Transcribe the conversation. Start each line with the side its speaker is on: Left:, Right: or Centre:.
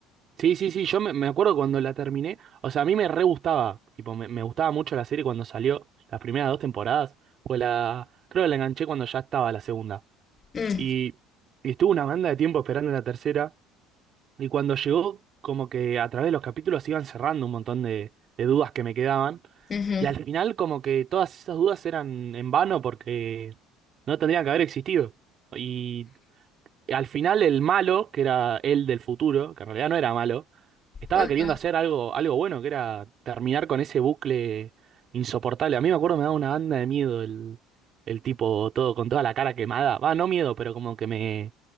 Right: sí, sí, sí, yo me, me acuerdo cuando la terminé. O sea, a mí me re gustaba. Tipo, me, me gustaba mucho la serie cuando salió. Las primeras dos temporadas. Fue la. Creo que la enganché cuando ya estaba la segunda.
Left: Mm,
Right: Y, y estuvo una banda de tiempo esperando la tercera. Y cuando llegó, como que a través de los capítulos iban cerrando un montón de, de dudas que me quedaban.
Left: ujú.
Right: Y al final, como que todas esas dudas eran en vano porque no tendrían que haber existido. Y al final el malo, que era él del futuro, que en realidad no era malo, estaba
Left: Ah,
Right: queriendo hacer algo, algo bueno, que era terminar con ese bucle insoportable. A mí me acuerdo me daba una banda de miedo el, el tipo todo con toda la cara quemada. Va, no miedo, pero como que me,